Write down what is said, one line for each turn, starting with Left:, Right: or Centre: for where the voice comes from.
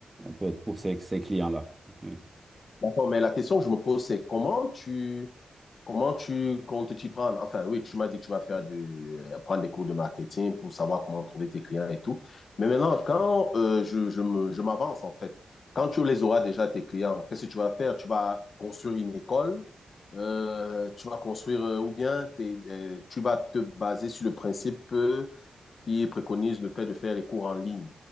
Right: pour, pour ces, ces clients-là. Oui,
Left: D'accord, mais la question que je me pose, c'est comment tu, comment tu comptes t'y prendre? Enfin, oui, tu m'as dit que tu vas faire du, euh, prendre des cours de marketing pour savoir comment trouver tes clients et tout. Mais maintenant, quand euh, je, je me- je m'avance, en fait, quand tu les auras déjà, tes clients, qu'est-ce que tu vas faire? Tu vas construire une école, euh, tu vas construire, euh, ou bien t'es- euh, tu vas te baser sur le principe euh, qui préconise le fait de faire les cours en ligne.